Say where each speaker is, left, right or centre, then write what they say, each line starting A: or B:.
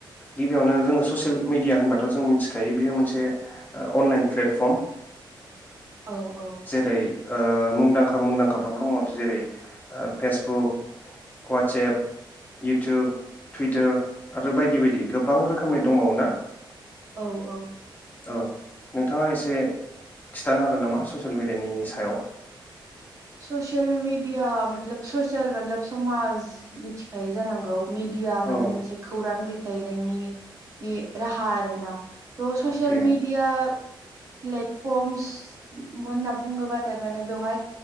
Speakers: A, on the left; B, on the right.
A: गिबियावनो जोङो ससियेल मिडिया होनबाथ' जों मिथिखायो बेयो मोनसे अनलाइन प्लेटफर्म।
B: औ औ
A: जेरै ओ, मुंदांखा मुंदांखा <unintelligible> जेरै फेसबुक, वाटसेएप, इउटुब, टुइटार आरो बायदि बायदि गोबां रोखोमै दंबावोना?
B: औ औ।
A: औ नोंथाङा एसे खिन्थानो हागोन नामा ससियेल मिडियानि सायाव
B: ससियेल मिडिया मतलब ससियेल मतलब समाज मिथिखायो जानांगौ मिडिया माने
A: औ
B: मोनसे खौरां थायनायनि राहा आरो ना त ससियेल
A: अके
B: मिडिया ले फर्मस होनना बुङोबाथाय माने बेवहाय